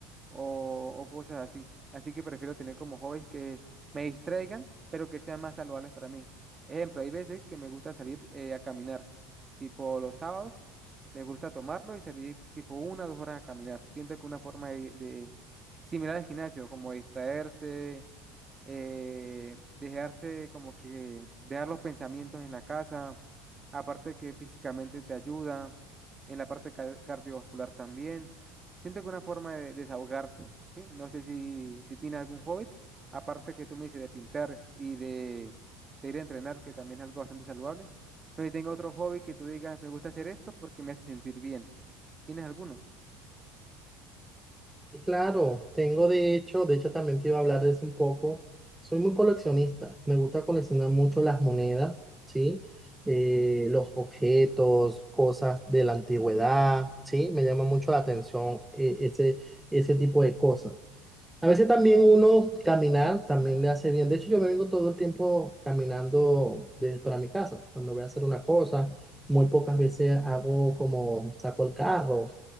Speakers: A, on the right; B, in the centre.
A: o, o cosas así. Así que prefiero tener como hobbies que me distraigan, pero que sean más saludables para mí. Ejemplo, hay veces que me gusta salir eh, a caminar, tipo los sábados, me gusta tomarlo y salir tipo una o dos horas a caminar. Siento que una forma de, de- similar al gimnasio, como distraerse, eh, dejarse como que dejar los pensamientos en la casa, aparte que físicamente te ayuda, en la parte ca- cardiovascular también. Siento que una forma de desahogarse, ¿sí? No sé si, si tiene algún hobby, aparte que tú me dices de pintar y de, de ir a entrenar, que también es algo bastante saludable. No sé si tengo otro hobby que tú digas, me gusta hacer esto porque me hace sentir bien. ¿Tienes alguno?
B: Y claro, tengo de hecho, de hecho también te iba a hablar de eso un poco. Soy muy coleccionista, me gusta coleccionar mucho las monedas, ¿sí? Eh, los objetos, cosas de la antigüedad, ¿sí? Me llama mucho la atención eh, ese, ese tipo de cosas. A veces también uno caminar también le hace bien. De hecho, yo me vengo todo el tiempo caminando de- para mi casa. Cuando voy a hacer una cosa, muy pocas veces hago como saco el carro